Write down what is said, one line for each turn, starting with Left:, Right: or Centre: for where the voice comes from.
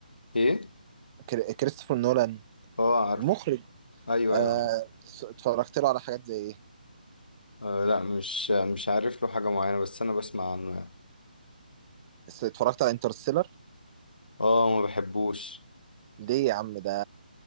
Left: ايه
Right: كر- كريستوفر نولان
Left: اه عارف
Right: المخرج
Left: ايوه
Right: آه،
Left: ايوه
Right: اتفرجت له على حاجات زي ايه
Left: آه لا مش مش عارف له حاجة معينة بس أنا بسمع عنه يعني
Right: اتفرجت على انترستيلر
Left: اه ما بحبوش
Right: ليه يا عم ده